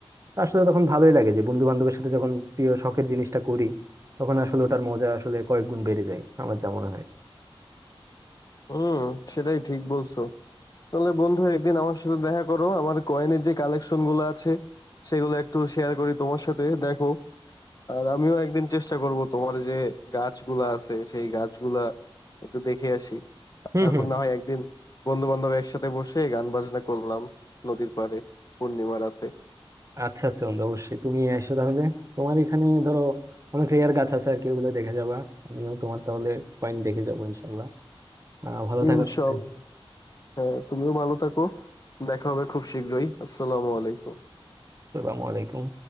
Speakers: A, on the right (about 35°); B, on the left (about 40°).
A: তো আসলে তখন ভালোই লাগে যে বন্ধু বান্ধবের সাথে যখন প্রিয় শখের জিনিসটা করি তখন আসলে ওটার মজা আসলে কয়েক গুণ বেড়ে যায় আমার যা মনে হয়
B: হুম সেটাই ঠিক বলছো তাহলে বন্ধু একদিন আমার সাথে দেখা করো আমার কয়েনের যে কালেকশন গুলো আছে সেগুলো একটু শেয়ার করি তোমার সাথে দেখো আর আমিও একদিন চেষ্টা করব তোমার যে গাছগুলা আছে সেই গাছগুলা একটু দেখে আসি
A: হুম
B: তারপর
A: হুম
B: না হয় একদিন বন্ধু বান্ধব একসাথে বসে গান বাজনা করলাম নদীর পাড়ে পূর্ণিমা রাতে
A: আচ্ছা আচ্ছা বন্ধু অবশ্যই তুমি এসো তাহলে তোমার এখানে ধরো অনেক রেয়ার গাছ আছে আর কি ওগুলো দেখে যাবা আমিও তোমার তাহলে কয়েন দেখে যাবো ইনশাল্লাহ আহ ভালো থাকো
B: ইনশাল্লাহ
A: তাহলে
B: হ্যাঁ তুমিও ভালো থাকো দেখা হবে খুব শীঘ্রই আসসালামু আলাইকুম
A: আসসালামু আলাইকুম